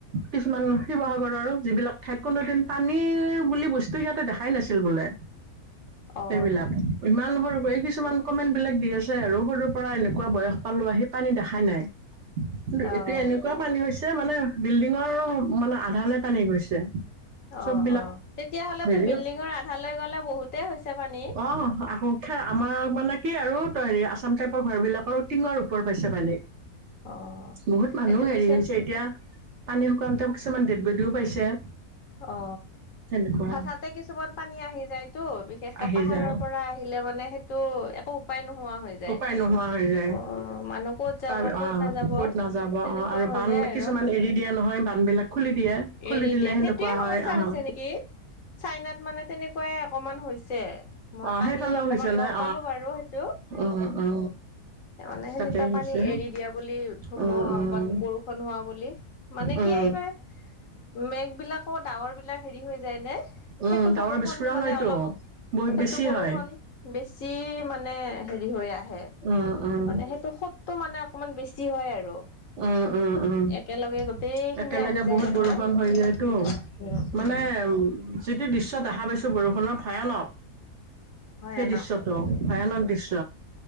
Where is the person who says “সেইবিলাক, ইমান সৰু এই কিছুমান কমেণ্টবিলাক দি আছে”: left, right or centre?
Right